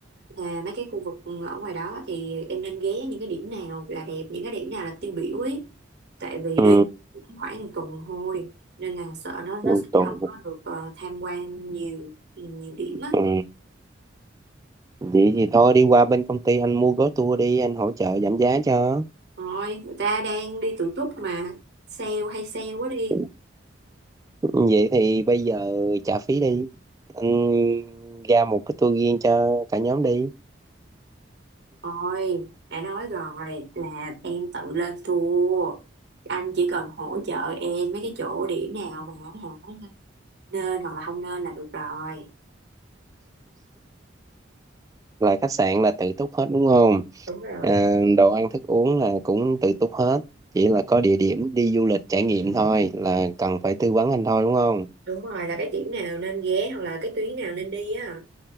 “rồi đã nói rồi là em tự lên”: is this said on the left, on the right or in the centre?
Right